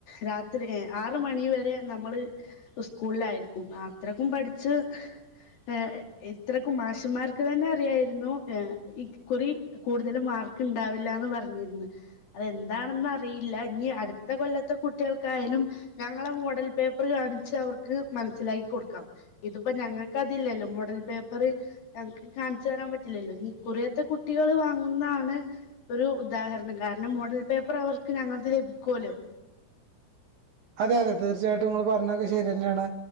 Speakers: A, on the left; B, on the right.
A: രാത്രി ആറ് മണി വരെ നമ്മള് സ്കൂളിലായിരിക്കും അത്രക്കും പഠിച്ച് ഹ് ഹേ ഇത്രക്ക്‌ മാശന്മാർക്ക് തന്നെ അറിയായിരുന്നു ഏ ഇക്കുറി കൂടുതലും മാർ മാർക്കിണ്ടാവില്ലാന്ന് പറഞ്ഞിര്ന്ന് അതെന്താണന്നറിയില്ല ഇനി അടുത്ത കൊല്ലത്തെ കുട്ടികൾക്കായി ലും ഞങ്ങളെ മോഡൽ പേപ്പർ കാണിച്ച് അവർക്ക് മനസ്സിലാക്കി കൊടുക്കാം ഇതിപ്പോ ഞങ്ങൾക്ക് അതില്ലല്ലോ മോഡൽ പേപ്പർ ഞങ്ങക്ക് കാണിച്ചു തരാൻ പറ്റില്ലല്ലോ ഇനി ഇക്കുറിയത്തെ കുട്ടികൾ വാങ്ങുന്നതാണ് ഒരു ഉദാഹരണം കാരണം മോഡൽ പേപ്പർ അവർക്ക് ഞങ്ങൾത് ലഭിക്കോലൊ
B: അതെ അതെ തീർച്ചയായിട്ടും ഇങ്ങൾ പറഞ്ഞൊക്കെ ശരി തന്നെയാണ്